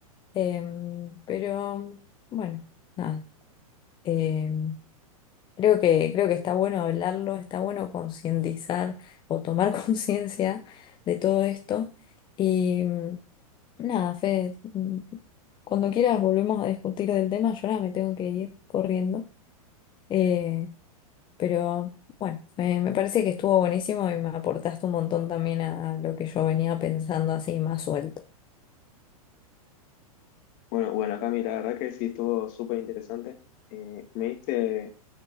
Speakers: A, on the left (about 25°); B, on the left (about 45°).
A: Em, pero bueno, nada. Em, creo que, creo que está bueno hablarlo, está bueno concientizar o tomar <laughs> conciencia de todo esto. Y mm, nada, Fede, mm, cuando quieras volvemos a discutir del tema. Yo ahora me tengo que ir corriendo. Eh, pero bueno, me, me parece que estuvo buenísimo y me aportaste un montón también a lo que yo venía pensando así más suelto.
B: Bueno, bueno, Cami, la verdad que sí estuvo súper interesante. Eh, me diste